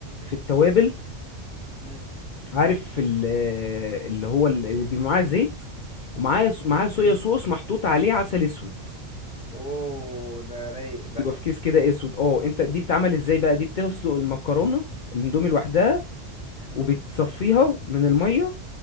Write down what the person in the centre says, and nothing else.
امم
ال...
اوه ده رايق ده
امم
امم